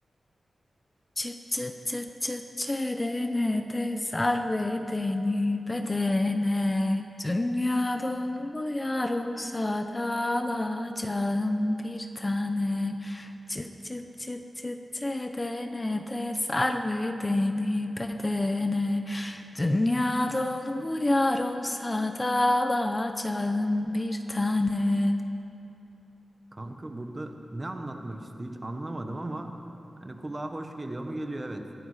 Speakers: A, on the left; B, on the right.
A: Çıt çıt çıt çıt çedene de sar bedeni bedene Dünya dolu yar olsa da alacağım bir tane Çıt çıt çıt çıt çedene de sar bedeni bedene Dünya dolu yar olsa da alacağım bir tane
B: Kanka burada ne anlatmak istiyor hiç anlamadım ama hani kulağa hoş geliyor mu geliyor evet.